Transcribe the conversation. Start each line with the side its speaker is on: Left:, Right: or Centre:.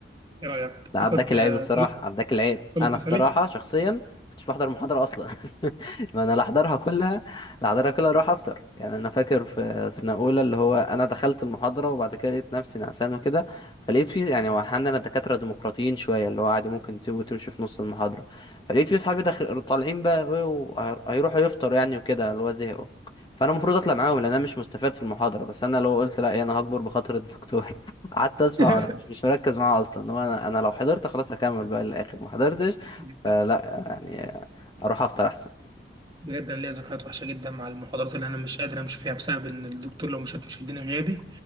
Right: ايه رأيك؟
Left: لا
Right: اخد
Left: عداك العيب
Right: آه،
Left: الصراحة
Right: طل-
Left: عداك العيب
Right: طلب
Left: أنا
Right: مثالي؟
Left: الصراحة شخصيا كنتش بحضر محاضرة أصلا <laughs> ما أنا لا أحضرها كلها لا أحضرها كلها أروح أفطر يعني أنا فاكر في سنة أولى اللي هو أنا دخلت المحاضرة وبعد كده لقيت نفسي نعسان وكده فلقيت فيه يعني هو أحيانا الدكاترة ديمقراطيين شوية اللي هو عادي ممكن تسيبه وتمشي في نص المحاضرة فلقيت فيه صحابي داخل طالعين بقى وهيروحوا يفطروا يعني وكده اللي هو زهقوا فأنا المفروض أطلع معاهم لأن أنا مش مستفاد في المحاضرة بس أنا لو قلت لا إيه، أنا هكبر بخاطر الدكتور قعدت اسمع
Right: <laughs>
Left: وانا مش مش مركز معاه اصلا انما انا انا لو حضرت خلاص اكمل بقى للاخر ما حضرتش
Right: <laughs>
Left: فلا يعني اروح افطر احسن
Right: بجد انا ليا ذكريات وحشه جدا مع المحاضرات اللي انا مش قادر امشي فيها بسبب ان الدكتور لو مشيت مش هيديني غيابي